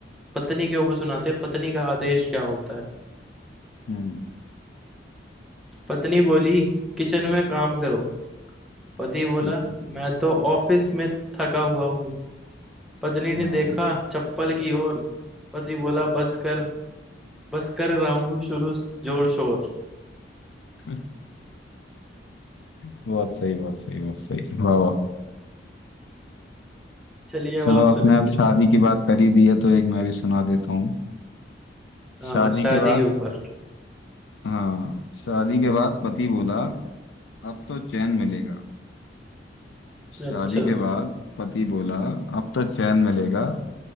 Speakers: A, in the centre; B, on the left.
A: पत्नी के ऊपर सुनाते हैं पत्नी का आदेश क्या होता है
B: हम्म
A: पत्नी बोली किचन में काम करो पति बोला
B: ठीक है
A: मैं तो ऑफिस में थका हुआ हूँ पत्नी ने
B: हाँ
A: देखा चप्पल की ओर पति बोला बस कर बस कर रहा हूँ शुरू जोर शोर
B: <laughs> बहुत सही बहुत सही बहुत सही वाह वाह
A: चलिए अब
B: चलो
A: आप
B: आपने
A: सुनाइए
B: अब शादी की बात कर ही दी है तो एक मैं भी सुना देता हूँ
A: हाँ
B: शादी
A: शादी
B: के बाद
A: के ऊपर
B: हाँ शादी के बाद पति बोला अब तो चैन मिलेगा शादी
A: अच्छा
B: के बाद पति बोला अब तो चैन मिलेगा